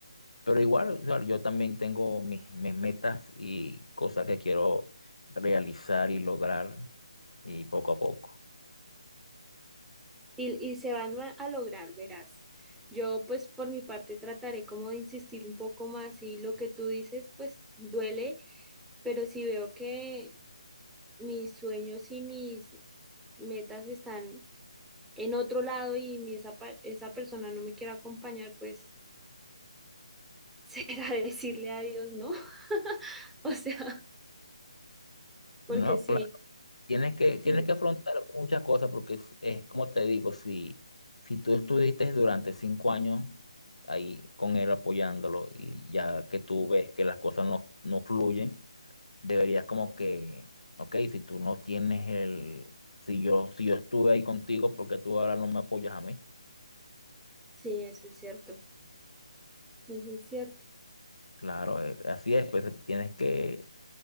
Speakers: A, on the left; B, in the centre.
A: pero igual, o sea, yo también tengo mis, mis metas y cosas que quiero realizar y lograr y poco a poco.
B: Y, y se van a a lograr, verás. Yo, pues por mi parte, trataré como de insistir un poco más y lo que tú dices, pues duele, pero si veo que mis sueños y mis metas están en otro lado y mi- esa, pa- esa persona no me quiere acompañar, pues... será decirle adiós, ¿no? <laughs> O sea, porque
A: No,
B: sí,
A: claro, tienes que,
B: sí,
A: tienes que afrontar muchas cosas porque es, es como te digo, si, si tú estuviste durante cinco años ahí con él apoyándolo y ya que tú ves que las cosas no, no fluyen deberías como que, ok, si tú no tienes el, si yo, si yo estuve ahí contigo, porque tú ahora no me apoyas a mí?
B: sí, eso es cierto, eso es cierto.
A: Claro, eh, así es, pues tienes que,